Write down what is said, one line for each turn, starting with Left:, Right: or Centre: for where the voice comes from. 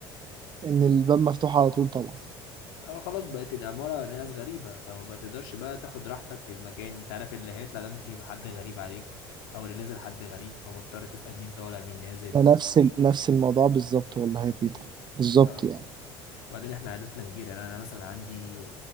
Right: ان الباب مفتوح على طول طبعا
Left: آه خلاص بقت العمارة ناس غريبة فما بتقدرش بقى تاخد راحتك في المكان انت عارف اللي هيطلع ده ممكن يبقى حد غريب عليك او اللي نازل حد غريب فمضطر تسأل مين طالع مين نازل
Right: ده نفس ال... نفس الموضوع بالظبط والله يا بيتر بالظبط
Left: اه
Right: يعني
Left: وبعدين احنا عيلتنا كبيرة يعني انا مثلا عندي